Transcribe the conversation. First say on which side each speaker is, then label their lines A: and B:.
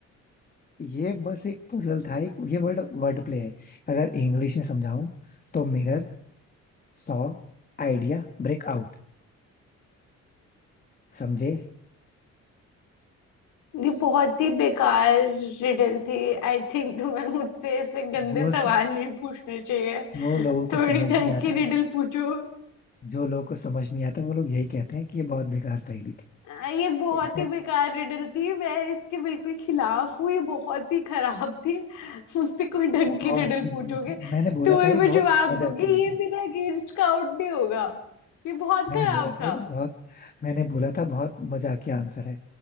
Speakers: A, on the left; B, on the left.
A: ये बस एक पजल था एक ये वर्ड वर्ड प्ले है अगर इंग्लिश में समझाऊं तो mirror saw idea break out समझे
B: ये बहुत ही बेकार रिडल थी आई थिंक तुम्हें मुझसे ऐसे गंदे
A: जो
B: सवाल
A: सब
B: नहीं पूछने चाहिए
A: जो लोगों
B: थोड़ी
A: को समझ
B: ढंग
A: नहीं
B: की
A: आता
B: रिडल पूछो
A: जो लोगों को समझ नहीं आता वो लोग यही कहते हैं कि ये बहुत बेकार पहेली थी
B: आ, ये बहुत
A: इनफैक्ट
B: ही बेकार रिडल थी मैं इसके बिल्कुल खिलाफ हूँ ये बहुत ही खराब थी मुझसे कोई ढंग
A: बहुत
B: की रिडल
A: सिंपल
B: पूछोगे
A: थी मैंने बोला
B: तो वही
A: था ये
B: मैं
A: बहुत
B: जवाब
A: मजाक
B: दूंगी
A: के आंसर
B: ये
A: है
B: मेरा अगेंस्ट काउंट नहीं होगा ये बहुत
A: मैंने
B: खराब
A: बोला था
B: था
A: ये बहुत मैंने बोला था बहुत मजाकिया आंसर है